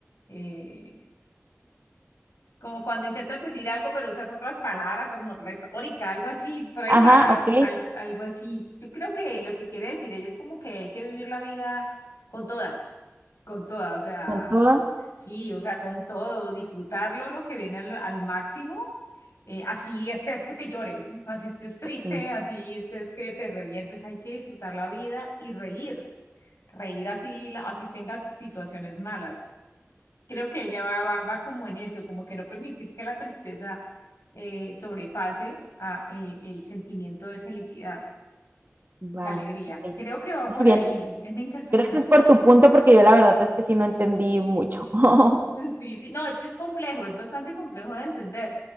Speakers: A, on the left; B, on the right.
A: Eh, Como cuando intentas decir algo, pero usas otras palabras, como retórica, algo así, por ahí
B: Ajá,
A: va,
B: ok,
A: al- algo así. Yo creo que lo que quiere decir ella es como que hay que vivir la vida con toda, con toda, o sea,
B: con toda,
A: sí, o sea, con todo, disfrutarlo lo que viene al, al máximo, eh, así estés que te llores, así estés triste,
B: ok,
A: así estés que te revientes, hay que disfrutar la vida y reír, reír así, la- así tengas situaciones malas. Creo que ella va, va, va como en eso, como que no permitir que la tristeza eh, sobrepase a, eh, el sentimiento de felicidad,
B: va,
A: de alegría.
B: ok.
A: Creo que va
B: Muy
A: por
B: bien,
A: ahí, es mi interpretación.
B: gracias por tu punto
A: <laughs>
B: porque yo la verdad es que sí no entendí mucho. <laughs>
A: Sí, sí, no, es que es complejo, es bastante complejo de entender,